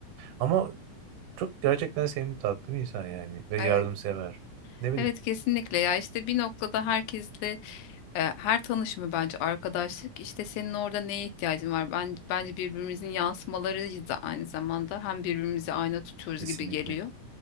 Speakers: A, on the right; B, on the left.
A: Ama çok gerçekten sevimli tatlı bir insan yani ve
B: evet
A: yardımsever. Ne bileyim.
B: evet kesinlikle ya işte bir noktada herkesle e, her tanışımı bence arkadaşlık işte senin orada neye ihtiyacın var ben bence birbirimizin yansımalarıyız da aynı zamanda hem birbirimizi ayna tutuyoruz
A: Kesinlikle.
B: gibi geliyor